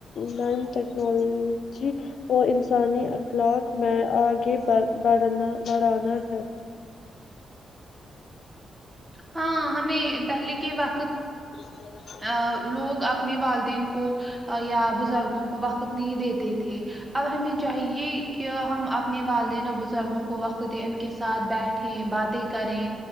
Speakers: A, on the left; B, on the right.
A: نایی ٹیکنالوجی اور انسانی اخلاق میں آگے بڑ بڑھنا بڑھانا ہے
B: ہاں ہمیں پہلے کے وقت
A: غ <unintelligible>
B: ا لوگ اپنے والدین کو یا بزرگوں کو وقت نہیں دیتے تھے اب ہمیں چاہیے کہ ہم اپنے والدین اور بزرگوں کو وقت دے ان کے ساتھ بیٹھ باتیں کریں